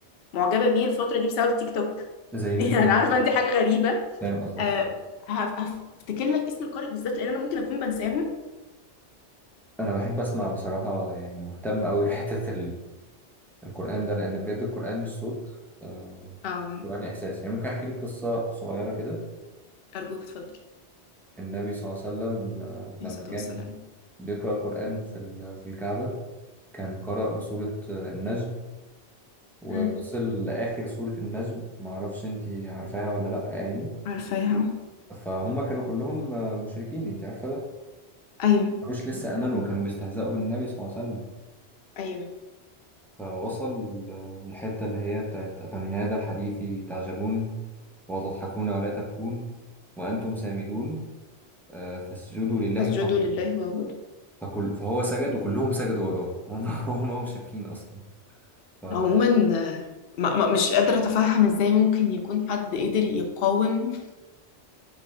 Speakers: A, on the left (about 60°); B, in the centre.
A: معجبة بيه الفترة دي بسبب تيك توك
B: زي مين
A: <laughs> يعني
B: مثلاً؟
A: عارفة انت حاجة غريبة
B: فاهم قصدك
A: أه هف- هفتكر لك اسم القارئ بالذات لان انا ممكن اكون بنساهم
B: أنا بحب أسمع بصراحة يعني مهتم أوي <laughs> بحتة القرآن ده لأن بجد القرآن مش صوت آه،
A: أه
B: القرآن إحساس يعني ممكن أحكي لك قصة صغيرة كده
A: أرجوك اتفضل
B: النبي صلى الله عليه وسلم آه، لما
A: عليه الصلاة
B: كان
A: والسلام
B: بيقرأ القرآن في ال- في الكعبة كان قرأ بسورة آه، النجم ووصل
A: مم.
B: لآخر سورة النجم معرفش أنت عارفاها ولا لأ يعني
A: عارفاها
B: فهم كانوا كلهم آه، مشركين أنت عارفة ده
A: ايوه
B: مش لسه آمنوا وكانوا بيستهزئوا بالنبي صلى الله عليه وسلم
A: ايوه
B: فوصل آه، الحتة اللي هي بتاعت أفمن هذا الحديث تعجبون وتضحكون ولا تبكون وأنتم سامدون آه، فاسجدوا لله
A: فاسجدوا
B: واعبدوا
A: لله واعبدوا
B: فكل فهو سجد وكلهم سجدوا وراه وهم <laughs> هم مشركين أصلا ف
A: عموما آه، ما ما- مش قادرة أتفهم إزاي ممكن يكون حد قدر يقاوم